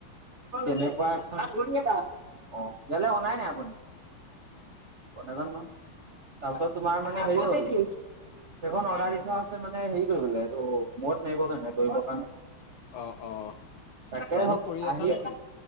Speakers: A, on the right (about 60°); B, on the left (about 85°).
A: তেনেকুৱা এটা অ ইয়ালৈ অনাই নাই আপুনি নাজানো নহয় তাৰপিছত তোমাৰ মানে হেৰি হল সেইখন অৰ্ডাৰ দি থোৱা আছে মানে হেৰি কৰিবলৈ এইটো মোৰত মাৰিব কাৰণ
B: অ অ
A: তাকে
B: ৰানিং কৰি আছা
A: আহি
B: নেকি